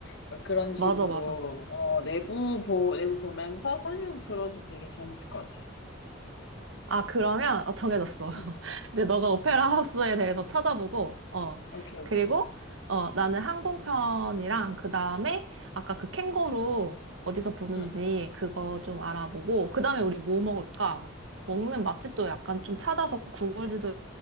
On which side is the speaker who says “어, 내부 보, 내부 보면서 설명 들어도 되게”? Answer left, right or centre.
Left